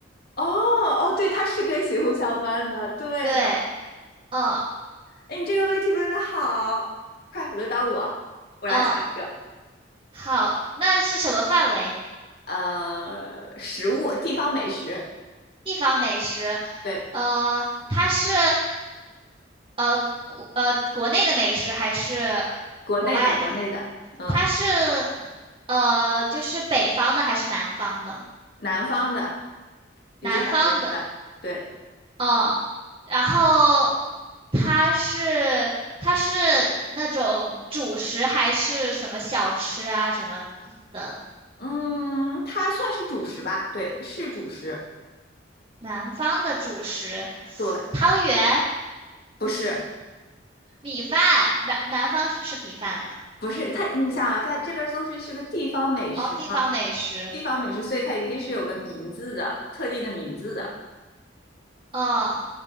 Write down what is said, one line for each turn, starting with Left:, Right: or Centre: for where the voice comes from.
Left: 哦哦，对，它是跟洗护相关的。对呢。
Right: 对，嗯
Left: 哎，你这个问题问的好，快轮到我，我来想一个。
Right: 嗯，好，那是什么范围？
Left: 呃，食物，地方美食，
Right: 地方美食，
Left: 对，
Right: 呃，它是呃国呃国内的美食还是
Left: 国内的，
Right: 国外的？
Left: 国内的，嗯，
Right: 它是呃，就是北方的还是南方的？
Left: 南方的，已经两个问题了，
Right: 南方的，
Left: 对，
Right: 嗯，然后它是它是那种主食还是什么小吃啊什么的？
Left: 嗯，它算是主食吧？对，是主食，
Right: 南方的主食，
Left: 对，
Right: 汤圆、
Left: 不是，
Right: 米饭，南南方是吃米饭的，
Left: 不是，它，你想啊，它这个都是是个地方美食嘛，
Right: 哦，地方美食，
Left: 地方美食，所以它一定是有个名字的，特定的名字的，
Right: 嗯，